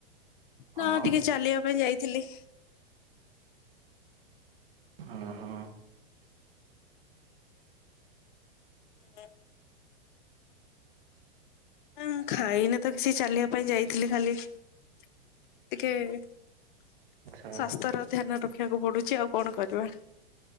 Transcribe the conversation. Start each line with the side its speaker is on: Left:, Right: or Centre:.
Right: ହଁ
Left: ନା ଟିକେ ଚାଲିବା ପାଇଁ ଯାଇଥିଲି।
Right: ହଁ ହଁ
Left: ହୁଁ ନା ଖାଇନେ ତ କିଛି ଚାଲିବା ପାଇଁ ଯାଇଥିଲି ଖାଲି ଟିକେ ସ୍ଵାସ୍ଥ୍ୟର
Right: ଆଚ୍ଛା
Left: ଧ୍ୟାନ ରଖିବାକୁ ପଡୁଛି ଆଉ କଣ କରିବା?